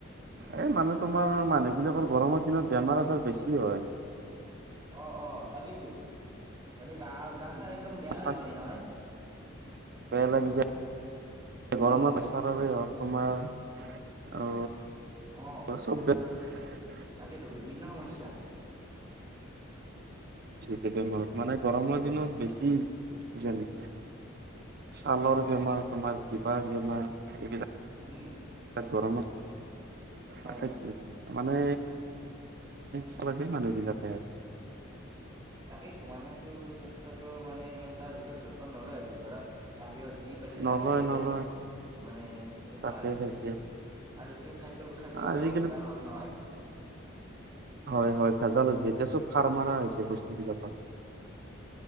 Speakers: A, on the right; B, on the right.
A: এই মানে তোমাৰ মানুহ বিলাকৰ গৰমৰ দিনত বেমাৰ আজাৰ বেছি হয়।
B: অ অ তাকেইতো, মানে গা গা ছা একদম বেয়া লাগি
A: স্বাস্থ্য
B: যায় নহয়।
A: বেয়া লাগি যায় গৰমৰ
B: উম
A: প্ৰেছাৰেই হওক। তোমাৰ অ।
B: অঁ
A: অ চব বেলেগ। উ। <unintelligible>
B: তাকেইতো বিভিন্ন সমস্যা।
A: কেতিয়া মাৰ। মানে গৰমৰ
B: হয়
A: দিনত বেছি। জানো। ছালৰ
B: হয় হয়
A: বেমাৰ তোমাৰ বিবাহ বেমাৰ এইবিলাক।
B: উম্।
A: গৰমত।
B: হয়
A: তাকেতো।
B: হয়
A: মানে চালাগে মানুহ বিলাগে আৰু।
B: তাকেই তো মানেতো স্বাস্থ্যটোৰ মানে ইমান। আজিকালি যতন নলয় আহিছে ধৰা বাহিৰত যি পাইছে
A: নলয়
B: তাকে খাইছে
A: নলয়
B: মানে এনেকুৱাই
A: তাকে
B: আৰু
A: খাইছে
B: আৰু আজিকালি খাদ্য খাদ্যবিলাকো
A: আজিকালি
B: ভেজাল হ'ল নহয় ।
A: হয় হয় ভেজাল হৈছে এতিয়া চব সাৰ মাৰ হৈছে বস্তুবিলাকত। <unintelligible>